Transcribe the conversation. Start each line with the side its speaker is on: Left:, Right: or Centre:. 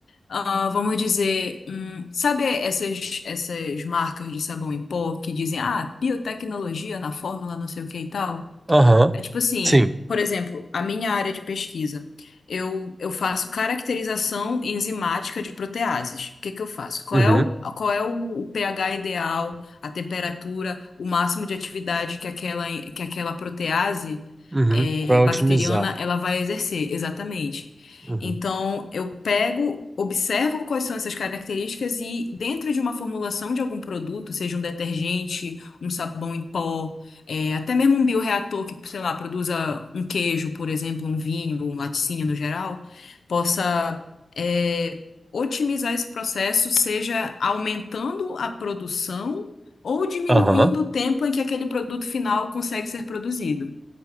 Left: ah, vamos dizer, hum, sabe essas, essas marcas de sabão em pó que dizem, ah, biotecnologia na fórmula, não sei o que e tal?
Right: Aham.
Left: É tipo assim,
Right: Sim.
Left: por exemplo, a minha área de pesquisa. Eu, eu faço caracterização enzimática de proteases. O que que eu faço? Qual
Right: Uhum.
Left: é o, qual é o, o pH ideal, a temperatura, o máximo de atividade que aquela, que aquela protease
Right: Uhum.
Left: eh,
Right: Para
Left: bacteriana
Right: otimizar.
Left: ela vai exercer, exatamente.
Right: Uhum.
Left: Então, eu pego, observo quais são essas características e, dentro de uma formulação de algum produto, seja um detergente, um sabão em pó, é, até mesmo um bioreator que, sei lá, produza um queijo, por exemplo, um vinho, um laticínio no geral, possa é, otimizar esse processo, seja aumentando a produção ou diminuindo
Right: Aham.
Left: o tempo em que aquele produto final consegue ser produzido,